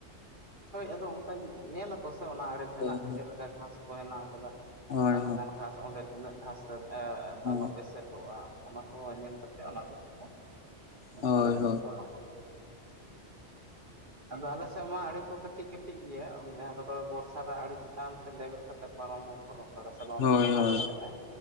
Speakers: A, on the right; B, on the left.
A: ᱦᱳᱭ ᱟᱫᱚ ᱚᱱᱠᱟᱧ ᱧᱮᱞ ᱟᱠᱚ ᱥᱮ ᱚᱱᱟ ᱟᱲᱮ ᱴᱷᱮᱱᱟᱜ
B: ᱦᱳᱭ
A: ᱪᱮᱫ ᱞᱮᱠᱟ ᱜᱷᱟᱸᱥ ᱠᱚ ᱦᱮᱸᱱᱟᱜ ᱟᱠᱟᱫᱟ
B: ᱦᱳᱭ
A: ᱚᱠᱟᱞᱮᱠᱟᱱ ᱜᱷᱟᱸᱥ ᱚᱸᱰᱮ ᱛᱤᱱᱟᱹᱜ ᱜᱷᱟᱸᱥ ᱮᱸ
B: ᱦᱳᱭ
A: ᱫᱟᱞᱚᱵ ᱮᱥᱮᱫᱚᱜᱼᱟ ᱚᱱᱟ ᱠᱚ ᱧᱮᱞ ᱠᱟᱛᱮᱜ ᱚᱱᱟ ᱠᱚ ᱠᱟᱛᱷᱟ ᱚᱱᱠᱟ
B: ᱦᱳᱭ
A: ᱞᱮᱠᱟ
B: ᱦᱳᱭ
A: ᱠᱚ ᱠᱚᱨᱟᱣ-ᱟ ᱟᱫᱚ ᱟᱞᱮ ᱥᱮᱜ ᱢᱟ ᱟᱲᱮᱹ ᱠᱚ ᱠᱟᱹᱴᱤᱡ ᱠᱟᱹᱴᱤᱡ ᱜᱮᱭᱟ ᱡᱟᱦᱟᱸ ᱫᱚ ᱵᱚᱨᱥᱟ ᱨᱮ ᱟᱹᱰᱤ ᱪᱮᱛᱟᱱ ᱛᱮ ᱞᱮᱵᱮᱫ ᱠᱟᱛᱮ ᱯᱟᱨᱚᱢ ᱵᱚᱱ ᱯᱟᱨᱚᱢ ᱫᱟᱲᱮ ᱥᱮ ᱵᱟᱢ
B: ᱦᱳᱭ
A: ᱛᱟᱲᱟᱢ
B: ᱦᱳᱭ
A: ᱫᱟᱲᱮᱭᱟᱜᱼᱟ